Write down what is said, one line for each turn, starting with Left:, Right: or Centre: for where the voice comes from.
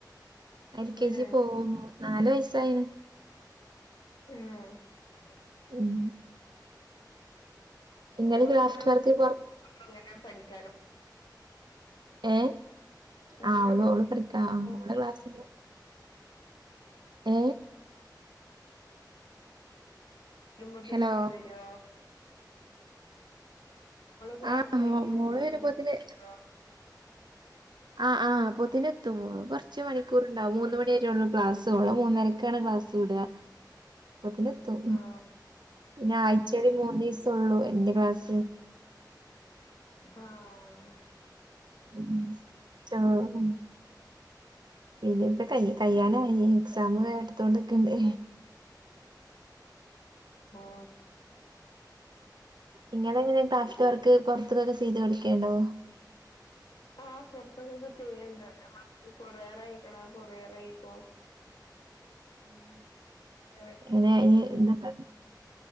Right: എൽ. കെ.
Left: ഏ
Right: ജി യിൽപോകുന്നു നാല് വയസ്സായിന്
Left: ആ ആ
Right: ഉം ഇങ്ങള്
Left: ഓള
Right: ക്രാഫ്റ്റ്
Left: അങ്ങനെ
Right: വർക്ക് പൊറ
Left: അങ്ങന പഠിക്കാനോ
Right: ഏ
Left: ഇങ്ങളെങ്ങനെ
Right: ആ ഓ ഓള്
Left: ആ
Right: പഠിക്കാം ഓ ക്ലാസ് ഏ
Left: വരുമ്പോത്ത്ന്ങ്ങള്
Right: ഹലോ
Left: വരുവാ ക്ലാസ്
Right: ആ
Left: കഴിഞ്ഞ്
Right: മോള വരുമ്പോത്തിന്
Left: വരോ
Right: ആ ആ പൊത്തിന് എത്തും മോ കൊറച്ച് മണിക്കൂർ ഉണ്ടാവും മൂന്ന് മണ രുള്ളൂ ക്ലാസ് ഓളെ മൂന്നരക്കാണ് ക്ലാസ് വിട മുപ്പത്തിനെത്തും
Left: ആ
Right: പിന്നെ ആഴ്ചയില് മൂന്ന് ഈസൊള്ളൂ എന്റെ ക്ലാസ്സ്
Left: ആ ആ
Right: ഉം ആ ഉം ഇനിപ്പ കൈ കയ്യനായി എക്സാം എടുത്തൊണ്ട് ക്ക്ണ്ട്
Left: ഓ
Right: നിങ്ങളെങ്ങനെ ക്രാഫ്റ്റ് വർക്ക് പുറത്തക്കൊക്കെ ചെയ്ത് കൊടുക്കേണ്ടോ
Left: ആ പുറത്തക്കൊക്കെ ചെയ്യണ്ട നമ്മളെ കൊറിയറ് ആയിക്കണാ കൊറിയറ ആയിക്കും ആത
Right: ഇങ്ങനെ ഇ ഇത്ണ്ടോ